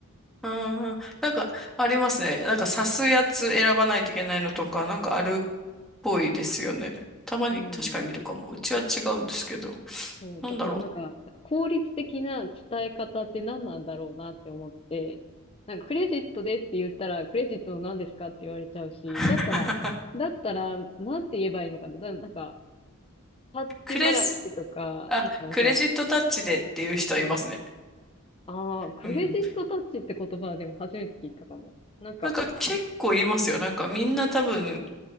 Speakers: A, in the centre; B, on the left.
A: あー、なんか、ありますね。なんか、刺すやつ選ばないといけないのとか、なんかあるっぽいですよね。たまに、
B: うん。
A: 確かに見るかも。うちは違うんですけど。
B: そう、
A: なんだろう。
B: だからなんか、効率的な伝え方って何なんだろうなって思って、なんかクレジットでって言ったら、クレジットの何ですかって言われちゃうし、
A: <laughs>
B: だったら、だったら、なんて言えばいいのかな、な、なんか、タッチ払いでとか、
A: クレジ、あ、
B: なんかそ
A: クレジットタッチでっていう人はいますね。
B: う、ああ、クレジットタッチって言葉はでも初めて聞いたかも。
A: うん。
B: なんか、
A: なんか結構言いますよ。なんかみんな多分、